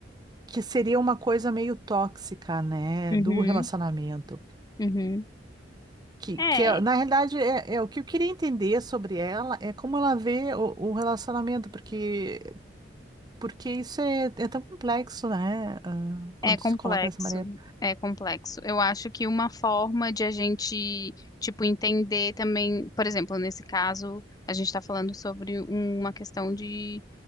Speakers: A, on the right; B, on the left.
A: que seria uma coisa meio tóxica, né?
B: uhum,
A: Do relacionamento.
B: uhum.
A: Que,
B: É,
A: que é- na realidade, é, é o que eu queria entender sobre ela é como ela vê o, o relacionamento, porque, porque isso é, é tão complexo, né? ah, quando
B: é complexo,
A: se coloca dessa maneira.
B: é complexo. Eu acho que uma forma de a gente, tipo, entender também, por exemplo, nesse caso, a gente está falando sobre uma questão de